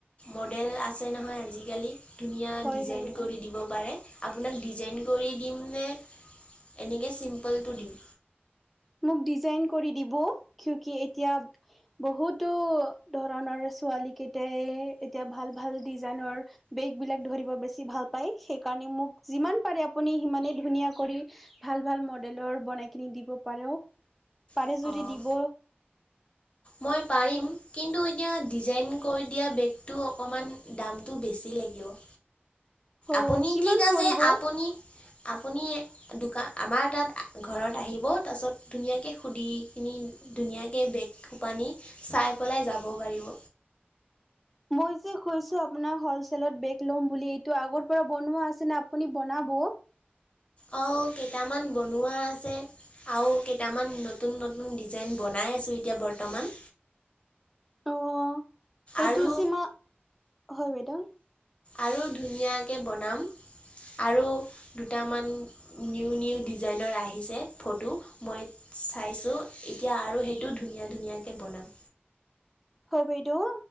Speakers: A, on the left; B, in the centre.
A: মডেল আছে নহয় আজিকালি ধুনীয়া
B: হয়
A: ডিজাইন
B: হয় বেটা
A: কৰি দিব পাৰে। আপোনাক ডিজাইন কৰি দিম নে? এনেকৈ চিম্পলটো দিওঁ।
B: মোক ডিজাইন কৰি দিব। কু কি এতিয়া বহুতো ধৰণৰ ছোৱালী কেইটাই এতিয়া ভাল ভাল ডিজাইনৰ বেগ বিলাক ধৰিব বেছি ভাল পায় সেইকাৰণে মোক যিমান পাৰে আপুনি সিমানে ধুনীয়া কৰি ভাল ভাল মডেলৰ বনাই কিনি দিব। হেল্ল পাৰে
A: অঁ
B: যদি দিব।
A: মই পাৰিম কিন্তু এতিয়া ডিজাইন কৰি দিয়া বেগটো অকণমান দামটো বেছি লাগিব।
B: অ
A: আপুনি
B: কিমান
A: ঠিক আছে
B: পৰিব?
A: আপুনি আপুনি দোকান আমাৰ তাত ঘৰত আহিব তাৰপিছত ধুনীয়াকৈ সুধি কিনি ধুনীয়াকৈ বেগ পানী চাই পেলে যাব পাৰিব।
B: মই যে কৈছো আপোনাক হলচেলট বেগ লম বুলি এইটো আগৰ পৰা বনোবা আছে নে আপুনি বনাব?
A: অঁ কেইটামান বনোৱা আছে আৰু কেইটামান নতুন নতুন ডিজাইন বনাই আছো এতিয়া বৰ্তমান
B: অ সেইটো
A: আৰু
B: যে মই হয় বাইদউ।
A: আৰু ধুনীয়াকে বনাম আৰু দুটামান নিউ নিউ ডিজাইনৰ আহিছে ফটো মই চাইছোঁ এতিয়া আৰু সেইটো ধুনীয়া ধুনীয়াকৈ বনাম।
B: হয় বাইদেউ